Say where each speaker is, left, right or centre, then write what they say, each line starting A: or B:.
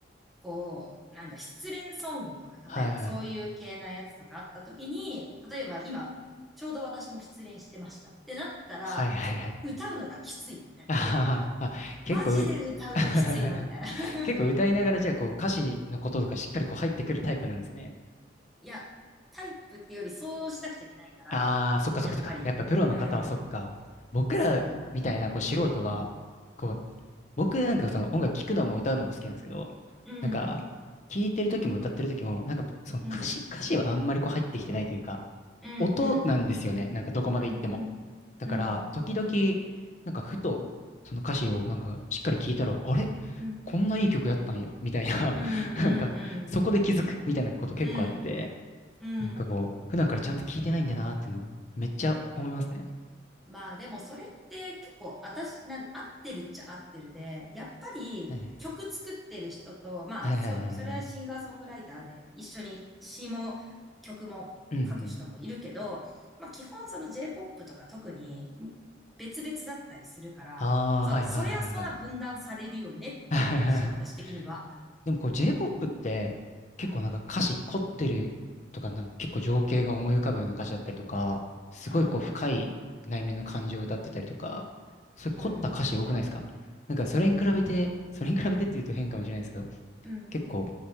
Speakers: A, in the centre; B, on the left.
A: こうなんだ、失恋ソングとか、
B: はい、
A: 例えばそういう系なやつとかあった時に、
B: はい。
A: 例えば今、ちょうど私も失恋してましたってなってたら、
B: はい、はい、
A: ちょっと歌うのがきついみたいな。
B: はい。あははあ、結構う、
A: マジで歌うのきついなみたいな。
B: <laughs>
A: <laughs>
B: 結構歌いながらじゃあこう歌詞のこととかしっかりこう入ってくるタイプなんですね。
A: いや、タイプってよりそうしなくちゃいけないから、
B: ああ、そっかそっかそっか。
A: やっぱり、
B: やっぱプロの方はそっか。
A: うん、
B: 僕らみたいなこう素人は、
A: そ
B: こう、僕なんかその音楽聴くのも歌うのも好きなんですけど、
A: う、うん、
B: なんか、聴いてる時も歌ってる時も、なんかその歌詞、
A: うん、
B: 歌詞はあんまりこう入ってきてないというか、
A: うん、
B: 音なんですよね。
A: うん、
B: なんかどこまで行っても。
A: うん、うん、
B: だから、
A: うん、
B: 時々、なんかふと、その歌詞をなんかしっかり聞いたら、あれ
A: うん、
B: こんないい曲やったんや、みたいな、
A: うん、
B: <laughs> なんか、そこで気づく、
A: うん、
B: みたいなこと結構あって、
A: うん、うん、
B: なんかこう、
A: うん、うん、
B: 普段からちゃんと聞いてないんだなっていうの、めっちゃ思いますね。
A: まあでもそれって結構私なん、合ってるっちゃ合ってるで、やっぱり曲作ってる人と、
B: はい
A: まあそ、
B: はいはいはいはい。
A: それはシンガーソングライターで一緒に詩も曲も書く人もいるけど、
B: うんうん。
A: まあ基本その J-POP とか特に別々だったりするから、
B: ああ、
A: そう、
B: はいはいはいはい。
A: そりゃそんな分断されるよねってなるし、
B: <laughs>
A: 私的には。
B: でもこう J-POP って結構なんか歌詞凝ってるとか、
A: うん、
B: なんか結構情景が思い浮かぶような歌詞だったりとか、すごいこう深い内面の感情を歌ってたりとか、
A: うん、
B: そういう凝った歌詞多くないですかなんかそれに比べて、
A: うん、
B: それに比べてっていうと変かもしれないですけど、
A: うん、うん、
B: 結構